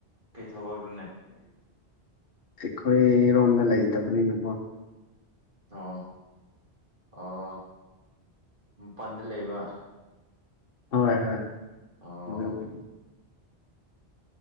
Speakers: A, on the right; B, on the left.
A: ꯊꯕꯛꯅꯦ
B: ꯑꯩꯈꯣꯏꯔꯣꯝꯗ ꯂꯩꯇꯕꯅꯤꯅꯀꯣ
A: ꯑꯣ ꯑ ꯃꯄꯥꯟꯗ ꯂꯩꯕ
B: ꯍꯣꯏ ꯍꯣꯏ
A: ꯑꯣ
B: ꯎ